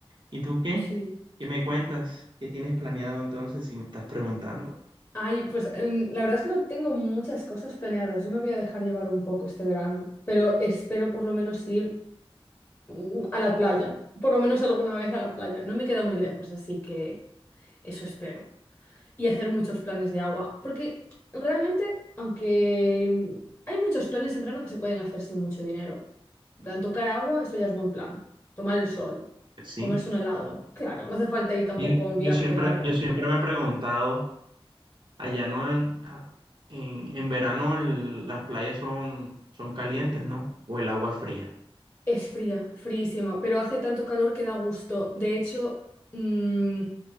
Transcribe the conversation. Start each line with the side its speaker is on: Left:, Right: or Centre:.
Right: ¿Y tú qué?
Left: sí.
Right: ¿Qué me cuentas? ¿Qué tienes planeado entonces si me estás preguntando?
Left: Ay, pues em, la verdad es que no tengo muchas cosas planeadas. Yo me voy a dejar llevar un poco este verano, pero espero por lo menos ir mm, a la playa, por lo menos alguna vez a la playa. No me queda muy lejos, así que eso espero. y hacer muchos planes de agua, porque realmente, aunque hay muchos planes en verano que se pueden hacer sin mucho dinero. En plan, tocar agua, eso ya es buen plan. Tomar el sol,
Right: Pues sí.
Left: comerse un helado, claro, no hace falta ir tampoco
Right: Y
Left: a un viaje
Right: Yo siempre,
Left: largo.
Right: yo siempre me he preguntado, allá no en, a- en, en verano el- las playas son, son calientes, ¿no? O el agua es fría.
Left: Es fría, fríísima, pero hace tanto calor que da gusto. De hecho, mm,